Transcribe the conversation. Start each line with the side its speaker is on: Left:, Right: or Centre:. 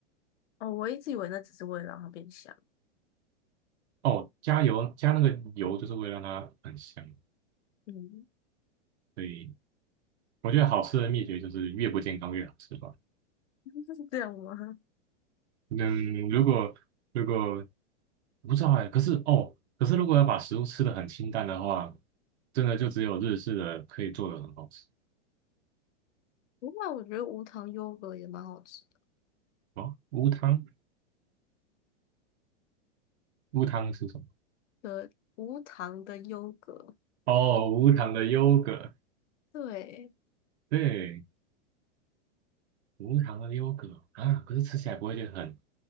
Left: 哦，我一直以为那只是为了让它变香，
Right: 哦，加油加那个油就是为了让它很香，
Left: 嗯，
Right: 所以我觉得好吃的秘诀就是越不健康越好吃吧。
Left: <laughs> 是这样吗？
Right: 嗯，如果如果不知道哎，可是哦，可是如果要把食物吃的很清淡的话，真的就只有日式的可以做的很好吃
Left: 不过我觉得无糖优格也蛮好吃的，
Right: 哦。无糖，无糖是什么？
Left: 对无糖的优格，
Right: 哦，无糖的优格，
Left: 对，
Right: 对，无糖的优格啊，可是吃起来不会觉得很